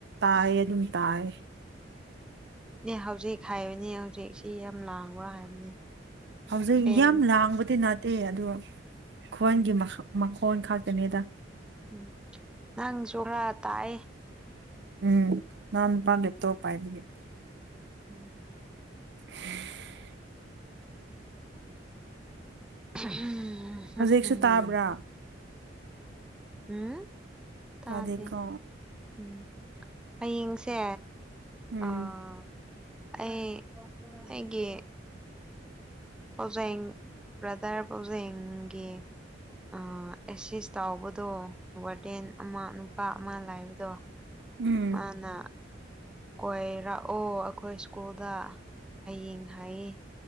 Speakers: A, on the right; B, in the centre.
A: ꯇꯥꯏ ꯑꯗꯨꯝ ꯇꯥꯏ
B: ꯅꯦ ꯍꯧꯖꯤꯛ ꯍꯥꯏꯕꯅꯦ ꯍꯧꯖꯤꯛ ꯁꯤ ꯌꯥꯝ ꯂꯥꯡꯕ꯭ꯔꯥ ꯍꯥꯏꯕꯅꯤ
A: ꯍꯧꯖꯤꯛ
B: ꯐꯦꯟ
A: ꯌꯥꯝ ꯂꯥꯡꯕꯗꯤ ꯅꯥ ꯗꯦ ꯑꯗꯨꯗꯣ ꯈꯣꯟꯒꯤ
B: ꯎꯝ
A: ꯃꯈꯣꯟ ꯈꯥꯛꯛꯇꯅꯦꯗ
B: ꯎꯝ ꯅꯪꯁꯨ ꯈꯔ ꯇꯥꯛꯑꯦ
A: ꯎꯝ ꯅꯥꯟ ꯄ ꯂꯦꯞꯇꯄꯥꯏꯗꯦꯅꯦ
B: ꯎꯝ
A: ꯎꯝ
B: ꯝ
A: ꯍꯧꯖꯤꯛꯁꯨ ꯇꯥꯕ꯭ꯔꯥ
B: ꯎꯝ ꯇꯥꯗꯦ
A: ꯄꯥꯗꯤꯀꯣ
B: ꯎꯝ ꯍꯌꯦꯡꯁꯦ
A: ꯎꯝ
B: ꯑꯥ ꯑꯩ ꯍꯒꯤꯦ ꯄꯖꯦꯡ ꯕ꯭ꯔꯗꯔ ꯄꯖꯦꯡꯒꯤꯦ ꯑ ꯑꯦꯁ ꯇꯥꯎꯕꯗꯣ ꯋꯥꯗꯦꯟ ꯑꯃ ꯅꯨꯄꯥ ꯑꯃ ꯂꯥꯏꯕꯗꯣ
A: ꯎꯝ
B: ꯃꯥꯅ ꯀꯣꯏꯔꯛꯑꯣ ꯑꯩꯈꯣꯏ ꯁ꯭ꯀꯨꯜꯗ ꯍꯌꯦꯡ ꯍꯥꯏꯌꯦ